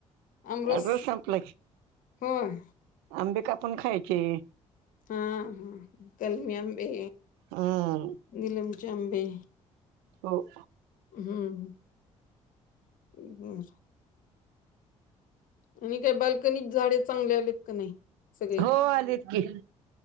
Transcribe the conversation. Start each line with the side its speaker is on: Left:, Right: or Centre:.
Left: अमृतसर
Right: रस संपला की आंबे कापून खायचे.
Left: हं कलमी आंबे,
Right: हम्म
Left: नीलम चे आंबे
Right: हो.
Left: हं. ओ गप्प बसा <inaudible> आणि काय बाल्कनीत झाडे चांगले आलेत का नाही सगळे?
Right: हो आली की.